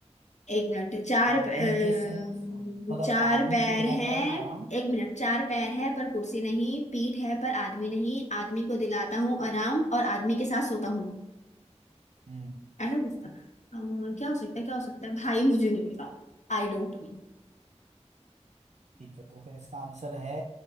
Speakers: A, on the left; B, on the right.
A: एक मिनट चार
B: आदमी
A: प- अम,
B: के संग मतलब
A: चार
B: आदमी
A: पैर
B: को दिलाता
A: हैं
B: हूँ आराम
A: एक मिनट चार पैर है पर कुर्सी नहीं पीठ है पर आदमी नहीं आदमी को दिलाता हूँ आराम और आदमी के साथ सोता हूँ
B: हम्म
A: ऐसा कुछ था अ, क्या हो सकता है क्या हो सकता है भाई मुझे नहीं पता I don't know
B: ठीक है तो फिर इसका आंसर है